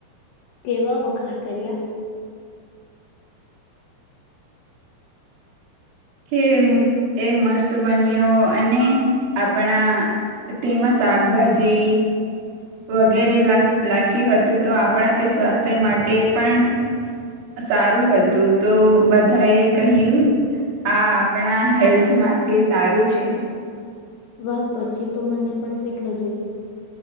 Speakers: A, on the left (about 75°); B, on the right (about 80°).
A: કેવા વખાણ કર્યા
B: કે એ મસ્ત બન્યો અને આપણા તેમાં શાકભાજી વગેરે લાખ્યું હતું તો આપણા તે સ્વાસ્થ્ય માટે પણ સારું હતું તો બધા એ કહ્યું. આ આપણા હેલ્થ માટે સારું છે.
A: વાહ પછી તો મને પણ શીખવજે